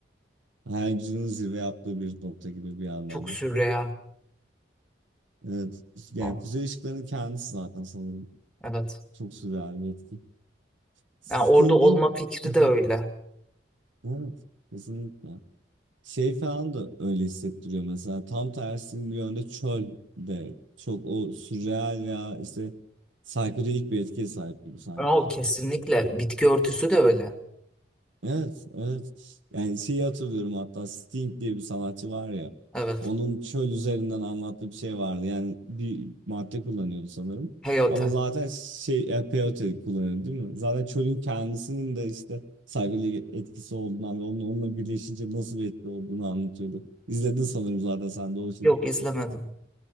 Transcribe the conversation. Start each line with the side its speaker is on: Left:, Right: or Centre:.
Right: hayal gücünün zirve yaptığı bir nokta gibi bir anlamda.
Centre: Çok sürreal.
Right: Evet. Yani
Centre: Oh,
Right: Kuzey Işıkları'nın kendisi zaten sanırım.
Centre: evet.
Right: Çok sürreal bir etki. Sting'in
Centre: Yani orada olma fikri
Right: <laughs>
Centre: de öyle.
Right: evet, kesinlikle. Şey falan da öyle hissettiriyor mesela. Tam tersi bir yönde çöl de çok o sürreal veya işte psikodelik bir etkiye sahip gibi sanki.
Centre: O kesinlikle. Bitki örtüsü de öyle.
Right: Evet, evet. Yani şeyi hatırlıyorum hatta Sting diye bir sanatçı var ya.
Centre: Evet.
Right: Onun çöl üzerinden anlattığı bir şey vardı. Yani bir madde kullanıyordu sanırım.
Centre: Hayata.
Right: Ama zaten şey yani peyote kullanıyordu değil mi? Zaten çölün kendisinin de işte saygılı etkisi olduğundan ve onun onunla birleşince nasıl bir etki olduğunu anlatıyordu. İzledin sanırım zaten sen de o şeyi.
Centre: Yok izlemedim.